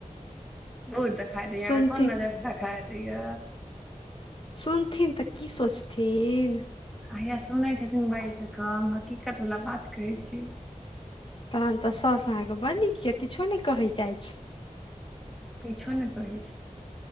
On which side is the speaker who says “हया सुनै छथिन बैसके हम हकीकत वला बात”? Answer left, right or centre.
Centre